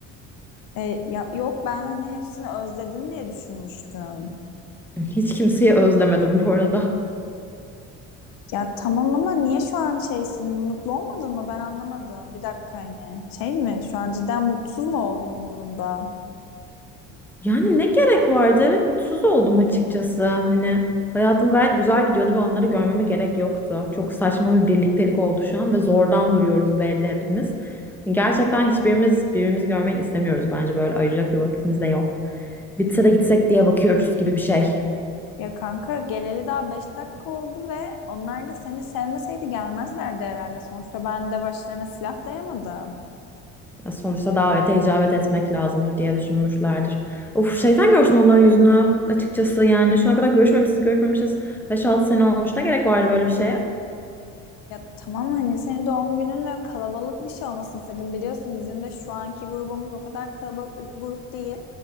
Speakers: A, on the left (about 70°); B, in the centre.
A: E, ya, yok ben hani hepsini özledin diye düşünmüştüm.
B: Hiç kimseyi özlemedim bu arada.
A: Ya tamam ama niye şu an şeysin mutlu olmadın mı? Ben anlamadım. Bir dakika hani şey mi şu an cidden mutsuz mu oldun bu durumda?
B: Yani ne gerek vardı? Evet mutsuz oldum açıkçası. Hani hayatım gayet güzel gidiyordu ve onları görmeme gerek yoktu. Çok saçma bir birliktelik oldu şu an ve zordan duruyoruz belli hepimiz. Hani Gerçekten hiçbirimiz birbirimizi görmek istemiyoruz bence böyle ayıracak bir vaktimiz de yok. Bitse de gitsek diye bakıyoruz gibi bir şey.
A: Ya kanka geleli daha 5 dakika oldu ve onlar da seni sevmeseydi gelmezlerdi herhalde. Sonuçta ben de başlarına silah dayamadım.
B: Ya Sonuçta davete icabet etmek lazımdır diye düşünmüşlerdir. Of şeytan görsün onların yüzünü açıkçası yani. Şu ana kadar görüşmemişiz görüşmemişiz. beş altı sene olmuş ne gerek vardı böyle bir şeye?
A: Ya tamam hani senin doğum gününle kalabalık bir şey olmasını istedim. Biliyorsun bizim de şu anki grubumuz o kadar kalabalık bir grup değil.